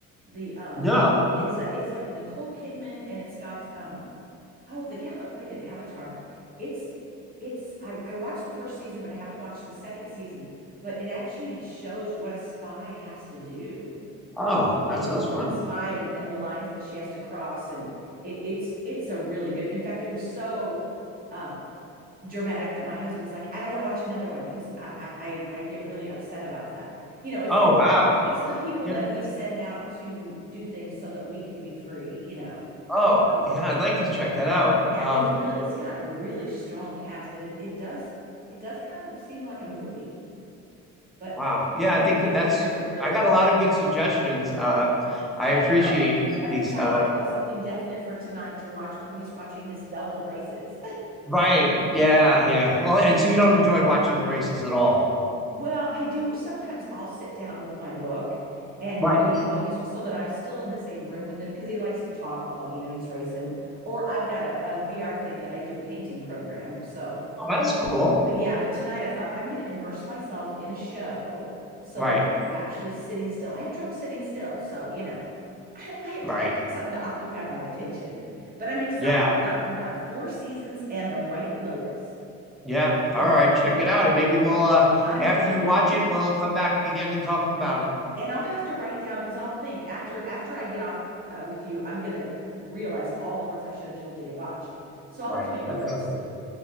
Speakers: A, on the right (about 25°); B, in the centre.
A: The um
B: No.
A: it's a it's like Nicole Kidman and it's got um oh the gal that played in Avatar. It's it's I I watched the first season, but I haven't watched the second season, but it actually shows what a spy has to do.
B: Oh,
A: You know,
B: that
A: it's
B: sounds
A: a woman
B: fun.
A: spy and and the lines that she has to cross and it it's it's a really good. In fact, it was so um dramatic that my husband's like, I don't want to watch another one because I, I I get really upset about that. You know, it's
B: Oh
A: it,
B: wow.
A: it's the people
B: Yeah.
A: that we send out to do things so that we can be free. You know,
B: Oh,
A: so
B: yeah, I'd like to check that out.
A: yeah,
B: Um,
A: it's really it's got a really strong cast and it it does it does kind of seem like a movie, but
B: wow. Yeah,
A: I
B: I
A: think
B: think
A: yeah,
B: that's
A: you guys would really
B: I
A: like
B: got a lot
A: it.
B: of good suggestions. Uh, I
A: I
B: appreciate
A: know.
B: uh,
A: I'm
B: these.
A: excited.
B: Uh,
A: I have something definite for tonight to watch while he's watching his double races.
B: right. Yeah, yeah. Well, and so you don't
A: <laughs>
B: enjoy watching the races at all.
A: Well, I do sometimes I'll sit down with my book and
B: Right.
A: read while he's so that I'm still in the same room with him because he likes to talk while, you know, he's racing. Or I've got a, VR thing that I do a painting program. So,
B: Oh, that's
A: you
B: cool.
A: know, but yeah, but tonight I thought I'm going to immerse myself in a show so
B: Right,
A: that I'm actually sitting still. I have trouble sitting still. So, you know, <laughs> I, I have
B: right.
A: to, I have to have something to occupy my attention. But I'm excited
B: Yeah,
A: about about Four Seasons and The White Lotus.
B: yeah. All
A: Well,
B: right,
A: good
B: check
A: deal.
B: it out. And maybe we'll uh
A: I'm
B: after
A: gonna,
B: you watch
A: yeah.
B: it, we'll come back again and talk about it.
A: And I'll have to write down because I'll think after after I get off uh, with you, I'm gonna realize all the ones I should have told you to watch. So I'll
B: Right.
A: have to make a
B: That
A: list.
B: sounds good.